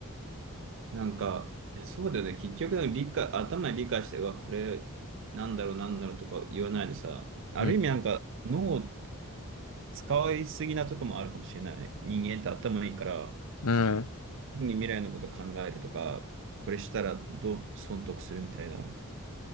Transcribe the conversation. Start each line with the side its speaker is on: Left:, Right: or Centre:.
Right: なんか、いやそうだよね。結局、なんか理解、頭で理解して、うわ、これ、なんだろう、なんだろうとか言わないでさ、ある意味なんか、
Left: うん。
Right: 脳を使いすぎなとこもあるかもしれないね。人間って頭いいから、
Left: うん。
Right: 未来のこと考えるとか、これしたらどう損得するみたいな。